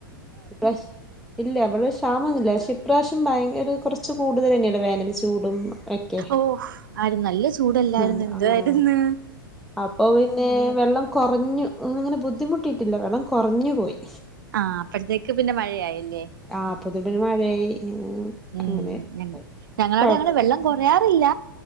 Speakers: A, in the centre; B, on the right (about 65°).
A: ഇപ്രാവശ് ഇല്ല ഇവിടെ ക്ഷാമൊന്നുല്ല പക്ഷെ ഇപ്രാവശ്യം ഭയങ്കര കൊറച്ച് കൂടുതൽ തന്നെയല്ലെ വേനൽ ചൂടും ഒക്കെ
B: ഓഹ് ആര് നല്ല ചൂടല്ലായിരുന്നു
A: ആഹ്
B: എന്തായിരുന്ന്
A: ആഹ് അപ്പൊ പിന്നെ വെള്ളം കൊറഞ്ഞു ഇങ്ങനെ ബുദ്ധിമുട്ടിട്ടില്ല വെള്ളം കൊറഞ്ഞു പോയി.
B: ആഹ് അപ്പഴത്തേക്ക് പിന്നെ മഴയായല്ലേ
A: ആഹ് അപ്പോത്തിന് പിന്നെ മഴയായി
B: ഊം
A: അങ്ങനെ
B: ഞ
A: പോയി
B: ഞങ്ങളവടെ
A: കൊഴപ്പൊന്നുല്ല
B: അങ്ങനെ വെള്ളം കൊറയാറില്ല.